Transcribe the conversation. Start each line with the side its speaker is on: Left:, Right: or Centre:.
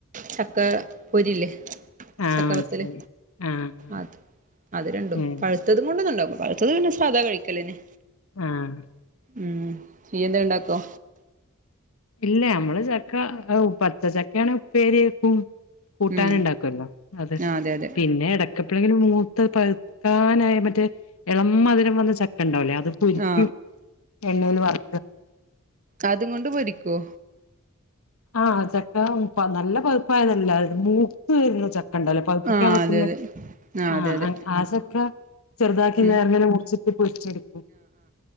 Right: ചക്കാ പൊരില്ലേ,
Left: ആഹ്
Right: ചക്കവത്തല്
Left: മനസ്സിലായി ആഹ്
Right: അത് അത് രണ്ടും.
Left: ഏഹ്
Right: പഴുത്തത് കൊണ്ടൊന്നുണ്ടാക്കൂല, പഴുത്തത് പിന്നെ സാധാ കഴിക്കലെന്നെ
Left: ആഹ്
Right: ഉം നീയെന്തേം ഇണ്ടാക്കോ?
Left: ഇല്ല അമ്മള് ചക്ക ഔ പച്ച ചക്കേണെ ഉപ്പേരി വെക്കും. കൂട്ടാന്ണ്ടാക്കൊല്ലോ
Right: ഉം
Left: അത്.
Right: ആ അതെ അതെ
Left: പിന്നെ എടക്ക് എപ്പളെങ്കിലും മൂത്ത് പഴുക്കാനായ മറ്റേ എളം മധുരം വന്ന ചക്കണ്ടാവൂലേ അതും പൊരിക്കും,
Right: ആ
Left: എണ്ണയൊന്ന് വറു
Right: അതും കൊണ്ട് പൊരിക്കൊ?
Left: ആഹ് ചക്ക പ നല്ല പഴുപ്പായതല്ല, മൂത്ത് വര്ന്നത് ചക്കണ്ടല്ലൊ പഴുപ്പിക്കാൻ
Right: ആ
Left: വക്കുന്നെ,
Right: അതെ അതെ ആ
Left: ആഹ്
Right: അതെ അതെ
Left: ആ ചക്ക ചെർതാക്കി
Right: ഉം
Left: നേർങ്ങനെ മുറിച്ചിട്ട് പൊരിച്ചെടുക്കും.